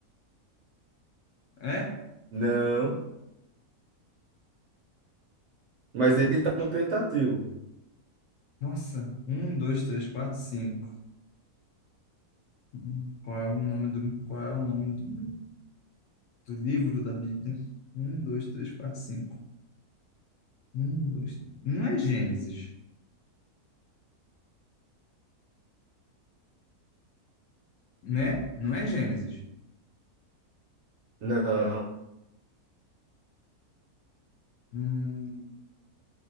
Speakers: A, on the left; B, on the right.
A: É?
B: Não. Mas ele tá no Pentateuco.
A: Nossa, um, dois, três, quatro, cinco. Hum, Qual é o nome do, qual é o nome do, do livro da Bíblia? Um, dois, três, quatro, cinco. Um, dois. tr- Não é Gênesis, né? Não é Gênesis.
B: Não.
A: Hum,